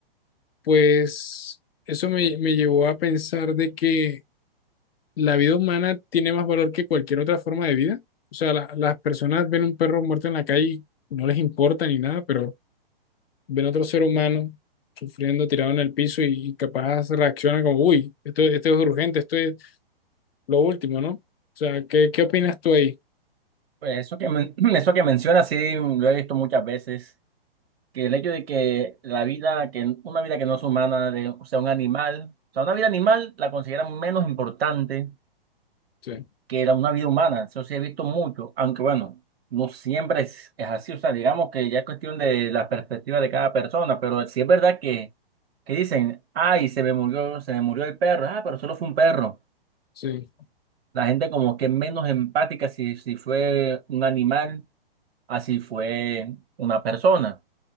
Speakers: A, on the left; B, on the right.
A: pues eso me, me llevó a pensar de que la vida humana tiene más valor que cualquier otra forma de vida. O sea, la- las personas ven un perro muerto en la calle y no les importa ni nada, pero ven a otro ser humano sufriendo, tirado en el piso y capaz reacciona como, uy, esto, esto es urgente, esto es lo último, ¿no? O sea, ¿qué, qué opinas tú ahí?
B: Pues eso que, men- <clears throat> eso que mencionas, sí, lo he visto muchas veces, que el hecho de que la vida, que una vida que no es humana, de, o sea, un animal, o sea, una vida animal la consideran menos importante
A: Sí,
B: que la, una vida humana, eso sí he visto mucho, aunque bueno, no siempre es, es así, o sea, digamos que ya es cuestión de la perspectiva de cada persona, pero sí es verdad que, que dicen, ay, se me murió, se me murió el perro, ah, pero solo fue un perro.
A: sí.
B: La gente como que es menos empática si, si fue un animal, así fue una persona.